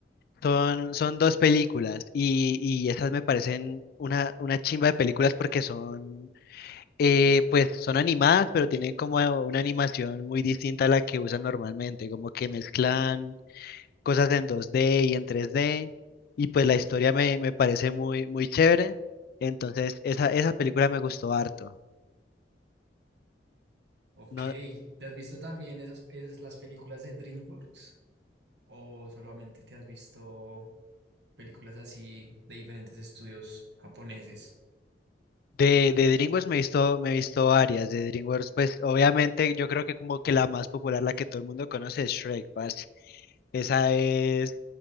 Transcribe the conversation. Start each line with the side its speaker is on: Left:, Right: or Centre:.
Left: Son, son dos películas y, y esas me parecen una, una chimba de películas porque son, eh, pues son animadas, pero tienen como una animación muy distinta a la que usan normalmente, como que mezclan cosas en 2D y en 3D, y pues la historia me, me parece muy, muy chévere, entonces esa, esa película me gustó harto.
Right: Ok,
Left: No,
Right: ¿te has visto también esas, esas las películas de DreamWorks? ¿O solamente te has visto... películas así de diferentes estudios japoneses.
Left: de, de DreamWorks me he visto, me he visto varias, de DreamWorks pues obviamente yo creo que como que la más popular, la que todo el mundo conoce es Shrek, parce. Esa es,